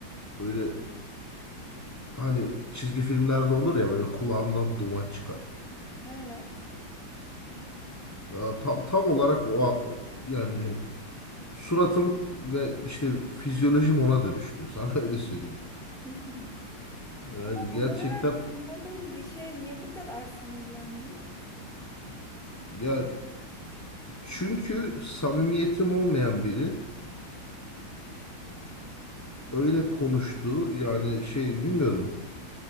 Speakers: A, on the left; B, in the centre.
A: Böyle hani çizgi filmlerde olur ya böyle kulağından duman çıkar.
B: Evet.
A: Ya tam tam olarak o, o- yani suratım ve işte fizyolojim ona dönüştü. <laughs> Sana öyle söyleyeyim.
B: <laughs>
A: Yani
B: Ama tam
A: gerçekten
B: olarak duymadığın bir şeye niye bu kadar sinirlendin?
A: ya çünkü samimiyetim olmayan biri öyle konuştu. Yani şey bilmiyorum.